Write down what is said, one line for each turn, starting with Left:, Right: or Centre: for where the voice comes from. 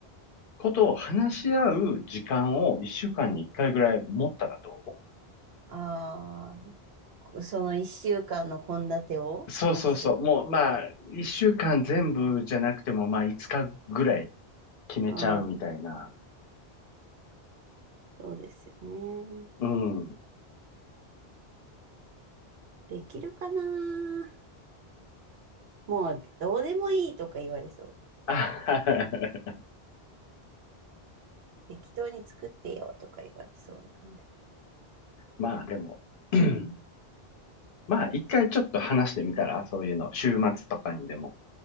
Left: ことを話し合う時間を一週間に一回ぐらい持ったらどう
Right: ああ、その一週間の献立を話し合う
Left: そうそうそう。もうまあ、一週間全部じゃなくてもまあ、五日ぐらい決めちゃうみたいな。
Right: ああそうですよね。
Left: うん。
Right: できるかなもうどうでもいいとか言われそう。
Left: あ <laughs>
Right: 適当に作ってよとか言われそうなんで。
Left: まあでも。<clears throat> まあ、一回ちょっと話してみたら、そういうの、週末とかにでも。